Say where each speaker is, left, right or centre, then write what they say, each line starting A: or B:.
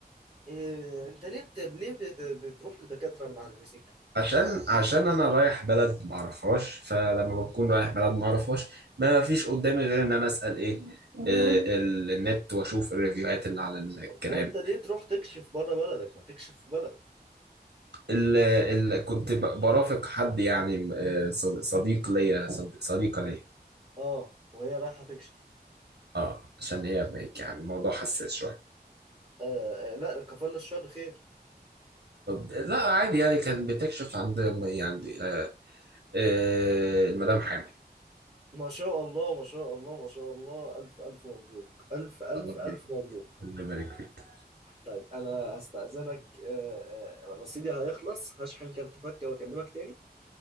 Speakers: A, on the right; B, on the right.
A: إيه، انت ليه بت... ليه بت... بتروح لدكاترة من على الفيزيتا
B: عشان عشان انا رايح بلد ما اعرفهاش فلما بكون رايح بلد ما اعرفهاش ما فيش قدامي غير ان انا اسال ايه آه، ال- النت واشوف الريفيوهات اللي على الكلام
A: وانت ليه تروح تكشف بره بلدك ما تكشف في بلدك
B: ال ال كنت ب- برافق حد يعني آه، صد- صديق ليا صد- صديقة ليا
A: اه وهي رايحة تكشف
B: اه عشان هي بقى- يعني الموضوع حساس شوية
A: آه آه، لا كفل الشر خير
B: طب لا عادي يعني كان بتكشف عند يعني آه آه المدام حامل
A: ما شاء الله ما شاء الله ما شاء الله ألف ألف مبروك ألف ألف
B: الله
A: ألف
B: يبارك
A: مبروك
B: الله يبارك فيك
A: طيب أنا هستأذنك آه، آه، رصيدي هيخلص هشحن كارت فكة وأكلمك تاني